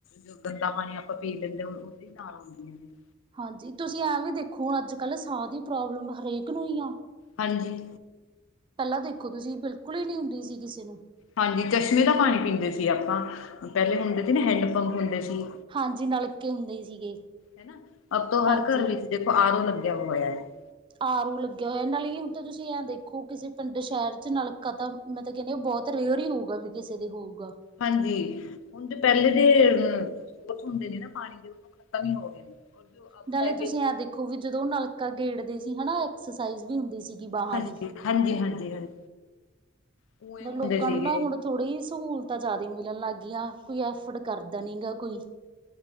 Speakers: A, on the left; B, on the right.
A: ਜੋ ਗੰਦਾ ਪਾਣੀ ਆਪਾਂ ਪੀ ਲੈਂਦੇ ਹਾਂ। ਉਹਦੇ ਹੀ ਨਾਲ ਹੁੰਦੀਆਂ ਹੈ।
B: ਹਾਂਜੀ ਤੁਸੀਂ ਐਂ ਵੀ ਦੇਖੋ ਹੁਣ ਅੱਜ ਕੱਲ੍ਹ ਸਾਹ ਦੀ ਪ੍ਰੋਬਲਮ ਹਰੇਕ ਨੂੰ ਹੀ ਆ।
A: ਹਾਂਜੀ।
B: ਪਹਿਲਾਂ ਦੇਖੋ ਤੁਸੀਂ ਬਿਲਕੁਲ ਹੀ ਨਹੀਂ ਹੁੰਦੀ ਸੀ ਕਿਸੇ ਨੂੰ।
A: ਹਾਂਜੀ ਚਸ਼ਮੇ ਦਾ ਪਾਣੀ ਪੀਂਦੇ ਸੀ। ਆਪਾਂ ਪਹਿਲੇ ਹੁੰਦੇ ਸੀ। ਨਾ ਹੈਂਡ ਪੰਪ ਹੁੰਦੇ ਸੀ।
B: ਹਾਂਜੀ ਨਲਕੇ ਹੁੰਦੇ ਸੀਗੇ।
A: ਹਨਾ ਅਬ ਤੋਂ ਹਰ
B: ਹਾਂਜੀ।
A: ਘਰ ਵਿੱਚ ਦੇਖੋ ਆਰੋ ਲੱਗਿਆ ਹੋਇਆ ਹੈ।
B: ਆਰੋ ਲੱਗਿਆ ਹੋਇਆ ਹੈ। ਨਾਲੇ ਜੀ ਹੁਣ ਤਾਂ ਤੁਸੀਂ ਐਂ ਦੇਖੋ ਕਿਸੇ ਪਿੰਡ ਸ਼ਹਿਰ 'ਚ ਨਲਕਾ ਤਾਂ। ਮੈਂ ਤਾਂ ਕਹਿਣਾ ਹਾਂ ਬਹੁਤ ਰੇਅਰ ਹੀ ਹੋਊਗਾ ਵੀ ਕਿਸੇ ਦੇ ਹੋਊਗਾ।
A: ਹਾਂਜੀ ਹੁਣ ਦੇ ਪਹਿਲੇ ਦੇ ਅ ਸੋਰਸ ਹੁੰਦੇ ਸੀ ਨਾ ਪਾਣੀ ਦੇ। ਖ਼ਤਮ ਹੀ ਹੋ ਗਏ ਨੇ। ਔਰ ਜੋ ਅਬ
B: ਨਾਲੇ
A: ਹੈਗੇ
B: ਤੁਸੀਂ ਐ ਦੇਖੋ ਵੀ ਜਦੋਂ ਨਲਕਾ ਗੇੜਦੇ ਸੀ ਹਨਾ ਐਕਸਰਸਾਈਜ਼ ਵੀ ਹੁੰਦੀ ਸੀ। ਸੀਗੀ ਬਾਹਾਂ
A: ਹਾਂਜੀ
B: ਦੀ।
A: ਹਾਂਜੀ ਹਾਂਜੀ ਹਾਂਜੀ ਕੂਏ ਹੁੰਦੇ
B: ਲੋਕਾਂ
A: ਸੀਗੇ
B: ਨੂੰ ਨਾ ਹੁਣ। ਥੋੜ੍ਹੀ ਜਿਹੀ ਸਹੂਲਤਾਂ ਜ਼ਿਆਦਾ ਮਿਲਣ ਲੱਗ ਗਈਆਂ ਕੋਈ ਐਫਰਡ ਕਰਦਾ ਨੀ ਗਾ ਕੋਈ।